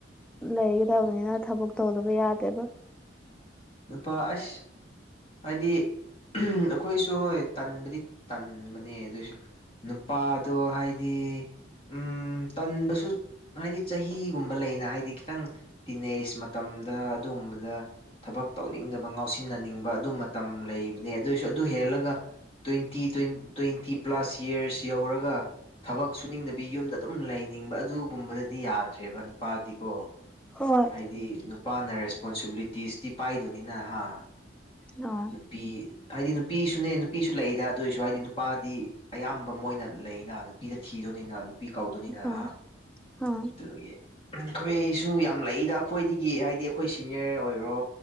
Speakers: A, in the centre; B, on the left.
A: ꯂꯩꯒꯗꯕꯅꯤꯅ ꯊꯕꯛ ꯇꯧꯗꯕ ꯌꯥꯗꯦꯕ
B: ꯅꯨꯄꯥ ꯑꯁ ꯍꯥꯏꯗꯤ ꯑꯩꯈꯣꯏꯁꯨ ꯍꯣꯏ ꯇꯟꯕꯨꯗꯤ ꯇꯟꯕꯅꯦ ꯑꯗꯨꯏꯁꯨ ꯅꯨꯄꯥꯗꯣ ꯍꯥꯏꯗꯤ ꯎꯝ ꯇꯟꯕꯁꯨ ꯍꯥꯏꯗꯤ ꯆꯍꯤꯒꯨꯝꯕ ꯂꯩꯅ ꯍꯥꯏꯗꯤ ꯈꯤꯇꯪ ꯇꯤꯅ‌ꯦꯖ ꯃꯇꯝꯗ ꯑꯗꯨꯝꯕꯗ ꯊꯕꯛ ꯇꯧꯅꯤꯡꯗꯕ ꯉꯥꯎꯁꯤꯟꯅꯅꯤꯡꯕ ꯑꯗꯨ ꯃꯇꯝ ꯂꯩꯕꯅꯦ ꯑꯗꯨꯏꯁꯨ ꯑꯗꯨ ꯍꯦꯜꯂꯒ ꯇ꯭ꯋꯦꯟꯇꯤ ꯇ꯭ꯋ‌ꯦꯟ ꯇ꯭ꯋꯦꯟꯇꯤ ꯄ꯭ꯂꯥꯁ ꯏꯌꯔꯁ ꯌꯧꯔꯒ ꯊꯕꯛ ꯁꯨꯅꯤꯡꯗꯕꯤ ꯌꯨꯝꯗ ꯑꯗꯨꯝ ꯂꯩꯅꯤꯡꯕ ꯑꯗꯨꯒꯨꯝꯕꯗꯗꯤ ꯌꯥꯗ꯭ꯔꯦꯕ ꯅꯨꯄꯥꯗꯤꯀꯣ
A: ꯍꯣꯏ
B: ꯍꯥꯏꯗꯤ ꯅꯨꯄꯥꯅ ꯔꯦꯁꯄꯣꯟꯁꯤꯕꯤꯂꯤꯇꯤꯁꯇꯤ ꯄꯥꯏꯗꯨꯢꯅꯤꯅ ꯍꯥ
A: ꯍꯣꯢ
B: ꯅꯨꯄꯤ ꯍꯥꯏꯗꯤ ꯅꯨꯄꯤꯁꯨꯅꯦ ꯅꯨꯄꯤꯁꯨ ꯂꯩꯏꯗ ꯑꯗꯨꯑꯣ ꯑꯣꯏꯁꯨ ꯍꯥꯏꯗꯤ ꯅꯨꯄꯥꯗꯤ ꯑꯌꯥꯝꯕ ꯃꯣꯏꯅ ꯂꯩꯅ ꯅꯨꯄꯤꯗ ꯊꯤꯗꯣꯏꯅꯤꯅ ꯅꯨꯄꯤ ꯀꯥꯎꯗꯣꯏꯅꯤꯅ
A: ꯍ
B: ꯑꯗꯨꯒꯤ
A: ꯍ
B: ꯑꯩꯈꯣꯏꯁꯨ ꯌꯥꯝ ꯂꯩꯗ ꯑꯩꯈꯣꯏꯗꯒꯤ ꯍꯥꯏꯗꯤ ꯑꯩꯈꯣꯏ ꯁꯤꯅꯤꯌꯔ ꯑꯣꯏꯔꯣ